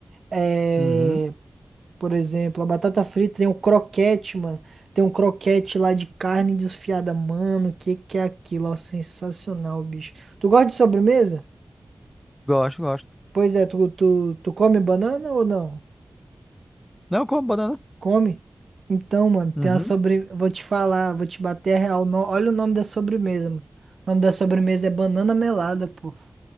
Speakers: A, on the right; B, on the left.
A: É,
B: Uhum,
A: Por exemplo, a batata frita tem o croquete, mano. Tem um croquete lá de carne desfiada, mano. O que que é aquilo? ó, sensacional, bicho. Tu gosta de sobremesa?
B: gosto, gosto.
A: Pois é, tu, tu, tu come banana ou não?
B: Não, como banana.
A: Come? Então, mano, tem
B: Uhum,
A: uma sobre... Vou te falar, vou te bater a real. No- Olha o nome da sobremesa, mano. O nome da sobremesa é banana melada, pô.